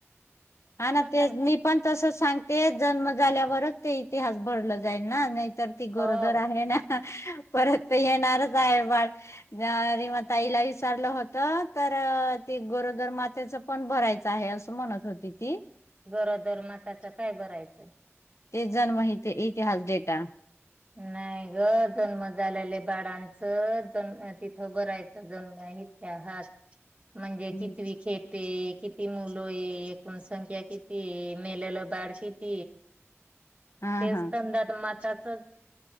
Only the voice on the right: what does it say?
का
हो
गरोदरमाताच काय भरायचंय?
नाही ग जन्म झालेले बाळां जन्म तिथं बरायचा जन्म इथे हात म्हणजे
किती खेत ते किती मुलं आहे एकूणसंख्या तिती मेलेला बड श त
तेच
त्यांंदात माता स